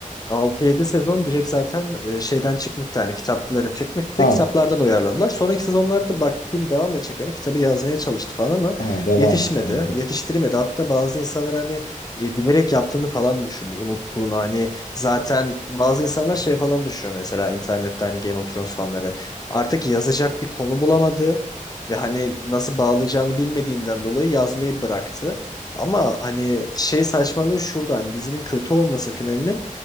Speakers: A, on the left; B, on the left.
A: altı yedi sezon direkt zaten e, şeyden çıkmıştı hani kitaplara çıkmıştı da
B: Ha,
A: kitaplardan uyarladılar. Sonraki sezonlarda bak film devam edecek hani kitabı yazmaya çalıştı falan ama
B: ha devam
A: yetişmedi,
B: etti ona da.
A: yetiştiremedi. Hatta bazı insanlar hani e, bilerek yaptığını falan düşündü, unuttuğunu hani zaten bazı insanlar şey falan düşünüyor mesela internette hani Game of Thrones fanları artık yazacak bir konu bulamadı. Ve hani nasıl bağlayacağını bilmediğinden dolayı yazmayı bıraktı. Ama hani şey saçmalığı şurada hani dizinin kötü olması finalinin